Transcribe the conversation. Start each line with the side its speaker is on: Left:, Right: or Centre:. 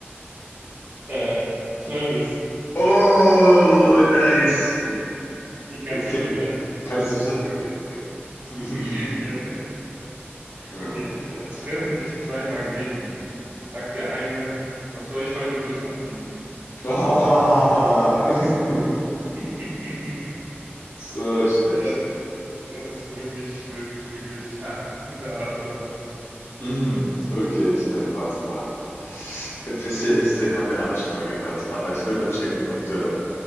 Right: Äh, Zwölfis.
Left: Oh,
Right: <laughs>
Left: nice.
Right: Die, kan- die kannte
Left: Okay,
Right: ich sogar.
Left: kannst du schon? Okay, okay. <laughs>
Right: <laughs>
Left: Oh
Right: Okay.
Left: mein Gott.
Right: Treffen sich zwei Magneten. Sagt der eine, was soll ich heute bloß anziehen?
Left: <laughs>
Right: <laughs>
Left: So schlecht.
Right: Ja, das ist wirklich, wirklich, wirklich ha, unter aller Schublade.
Left: Hm, Okay, ich äh, warte mal. Odysseus, den haben wir alle schon mal gehört, aber ich will nur checken, ob der.